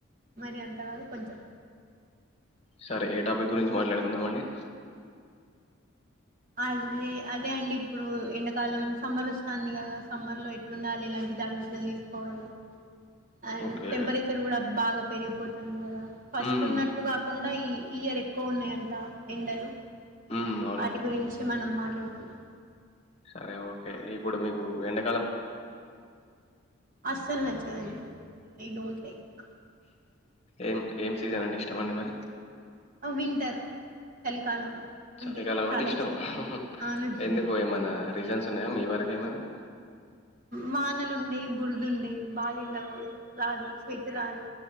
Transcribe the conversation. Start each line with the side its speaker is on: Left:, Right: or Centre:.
Right: మరి అంత కాదు కొంచెం
Left: సరే ఏ టాపిక్ గురించి మాట్లాడుకుందాం అండి
Right: అదే అదే అండి ఇప్పుడు ఎండాకాలం సమ్మర్ వస్తాంది కదా సమ్మర్ లో ఎట్లుండాలి ఇలాంటి జాగ్రత్తలు తీసుకోవాలి అండ్
Left: ఓకే
Right: టెంపరేచర్ కూడా బాగా పెరిగిపోతుంది కదా ఫస్ట్
Left: మ్మ్,
Right: ఉన్నట్టు కాకుండా ఈ ఇయర్ ఎక్కువ ఉన్నయంట ఎండలు
Left: మ్మ్, అవునా
Right: వాటి గురించి మనం మాట్లాడుకుందాం
Left: సరే ఓకే ఇప్పుడు మీకు ఎండ
Right: అస్సలు నచ్చదండి ఐ డోంట్ లైక్
Left: ఏం ఏం సీజన్ అంటే ఇష్టం అండి మరి
Right: వింటర్ చలికాలం
Left: చలికాలం అంటే
Right: చాలా
Left: ఇష్టమా
Right: ఇష్టం అండి అవునండి
Left: ఎందుకు ఏమనా రీజన్స్ సున్నాయా మీ వరకేమైనా
Right: వానలుండయి బురదుండయి బాగెండ కూడ రాదు స్వెట్ రాదు